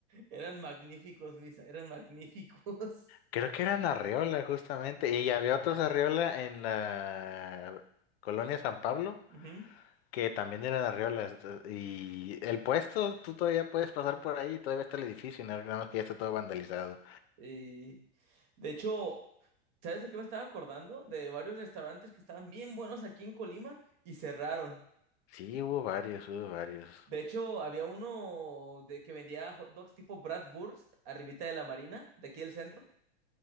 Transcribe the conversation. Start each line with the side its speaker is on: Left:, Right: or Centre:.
Right: eran magníficos, Misa, eran magníficos.
Left: Creo que eran arreola justamente y había otros arreola en la colonia San Pablo
Right: <laughs>
Left: que también eran arreolas y el puesto, tú todavía puedes pasar por ahí, todavía está el edificio, nada nada más que ya está todo vandalizado.
Right: Ujú. De hecho, ¿sabes de qué me estaba acordando? De varios restaurantes que estaban bien buenos aquí en Colima y cerraron.
Left: Sí, hubo varios, hubo varios.
Right: De hecho, había uno de que vendía hot dogs tipo Bratwurst, arribita de la Marina, de aquí del centro.